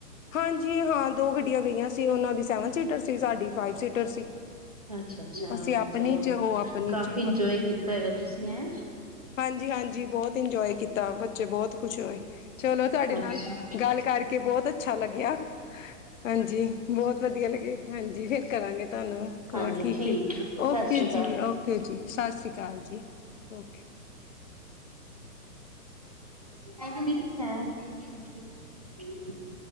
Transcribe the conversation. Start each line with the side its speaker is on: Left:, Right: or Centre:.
Left: ਹਾਂਜੀ ਹਾਂ ਦੋ ਗੱਡੀਆਂ ਗਈਆਂ ਸੀ ਉਹਨਾਂ ਦੀ ਸੈਵਨ ਸੀਟਰ ਸੀ ਸਾਡੀ ਫਾਈਵ ਸੀਟਰ ਸੀ।
Right: ਅੱਛਾ, ਅੱਛਾ
Left: ਅਸੀਂ ਆਪਣੀ
Right: ਚਲੋ
Left: ਚ ਉਹ ਆਪਣੀ
Right: ਕਾਫੀ
Left: ਚ
Right: ਇੰਜੋਏ ਕੀਤਾ ਹੈਗਾ ਤੁਸੀਂ ਐਂ।
Left: ਹਾਂਜੀ ਹਾਂਜੀ ਬਹੁਤ ਇੰਜੋਏ ਕੀਤਾ ਬੱਚੇ ਬਹੁਤ ਖੁਸ਼ ਹੋਏ ਚਲੋ ਤੁਹਾਡੇ ਨਾਲ
Right: ਅੱਛਾ
Left: ਗੱਲ ਕਰਕੇ ਬਹੁਤ ਅੱਛਾ ਲੱਗਿਆ ਹਾਂਜੀ ਬਹੁਤ ਵਧੀਆ ਲੱਗੇ। ਹਾਂਜੀ ਫਿਰ ਕਰਾਂਗੇ ਤੁਹਾਨੂੰ ਕੋਲ
Right: ਹਾਂਜੀ
Left: ਠੀਕ ਹੈ ਓਕੇ
Right: ਸਤਿ ਸ੍ਰੀ
Left: ਜੀ, ਓਕੇ ਜੀ। ਸਤਿ ਸ਼੍ਰੀ ਅਕਾਲ ਜੀ ਓਕੇ।
Right: ਹੈ <unintelligible>